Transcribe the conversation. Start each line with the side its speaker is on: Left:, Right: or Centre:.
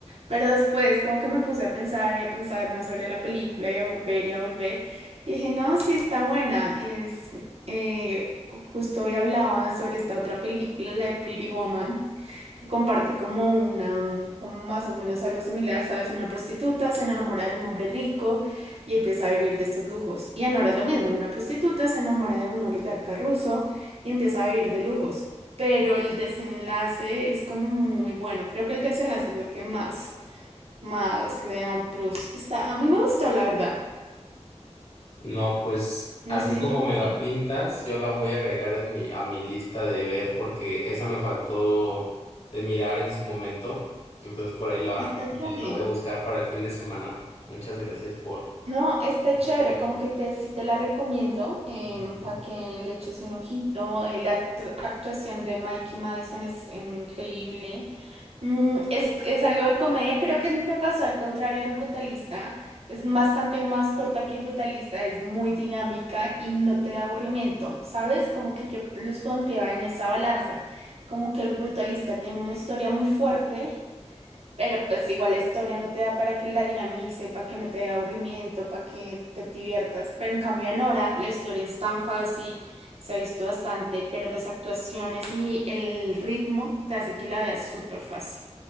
Right: Pero después como que me puse a pensar y a pensar más sobre la película y a volver y a volver. Y dije, no, sí está buena. Y es, eh, justo hoy hablaba sobre esta otra película, la de Pretty Woman, que comparte como una, mm, como más o menos algo similar, ¿sabes? Una prostituta se enamora de un hombre rico y empieza a vivir de estos lujos. Y ahora es lo mismo, una prostituta se enamora de un oligarca ruso y empieza a vivir de lujos. Pero el desenlace es como muy bueno. Creo que el desenlace es lo que más más Leal Plus. Está, a mí me gustó, la verdad.
Left: No, pues
Right: No
Left: así
Right: sé si
Left: como
Right: tú la
Left: me
Right: viste.
Left: la pintas, yo la voy a agregar en mi, a mi lista de ver porque esa me faltó de mirar en su momento. Entonces por ahí la,
Right: Está chévere.
Left: la voy a buscar para el fin de semana. Muchas gracias por
Right: No, está
Left: por
Right: chévere,
Left: platicarme.
Right: como que te, sí te la recomiendo
Left: ¿no?
Right: para que le eches un ojito. Eh, la actu- actuación de Mikey Madison es increíble. Mm, es, es algo de comedia, creo que me pasó al contrario del brutalista. Es bastante más corta que el brutalista, es muy dinámica y no te da aburrimiento, ¿sabes? Como que yo los pondría en esa balanza. Como que el brutalista tiene una historia muy fuerte, pero pues igual la historia no te da para que la dinamice, para que no te dé aburrimiento, para que te diviertas. Pero en cambio en Nora la historia es tan fácil, se ha visto bastante, pero las actuaciones y el ritmo te hace que la veas súper fácil.